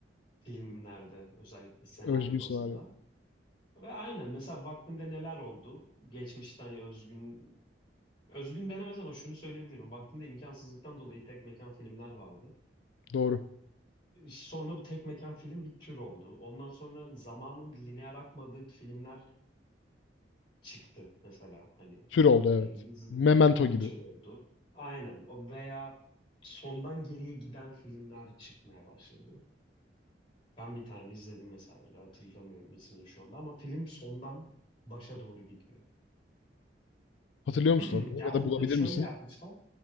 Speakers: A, on the left; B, on the left.
A: filmlerde özellikle senaryo
B: Özgün
A: bazında.
B: senaryo.
A: Ve aynen mesela vaktinde neler oldu? Geçmişte hani özgün özgün denemez ama şunu söyleyebilirim. Vaktinde imkansızlıktan dolayı tek mekan filmler vardı.
B: Doğru.
A: Sonra bu tek mekan film bir tür oldu. Ondan sonra zamanın lineer akmadığı filmler çıktı mesela hani
B: Tür oldu evet.
A: e,
B: Memento
A: bu
B: gibi.
A: bir tür oldu. Aynen o veya sondan geriye giden filmler çıkmaya başladı. Ben bir tane izledim mesela öyle hatırlamıyorum ismini şu anda ama film sondan başa doğru gidiyor.
B: Hatırlıyor musun
A: <clears throat>
B: onu?
A: Ya
B: Ya
A: onu
B: da bulabilir
A: da şöyle
B: misin?
A: yapmışlar.